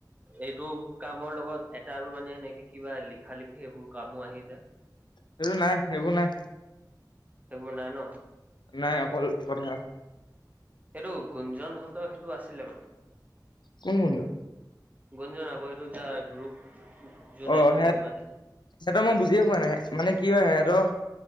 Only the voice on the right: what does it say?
এইটো কামৰ লগত এটাৰো মানে সেনেকে কিবা লিখা লিখি সেইবোৰ কামো আহি যায়।
সেইবোৰ নাই নহ।
সেইটো গুঞ্জনহঁতৰ সেইটো আছিলে মানে।
গুঞ্জন আকৌ সেইটো <unintelligible> গ্ৰুপ। যোন
এডমি
মানে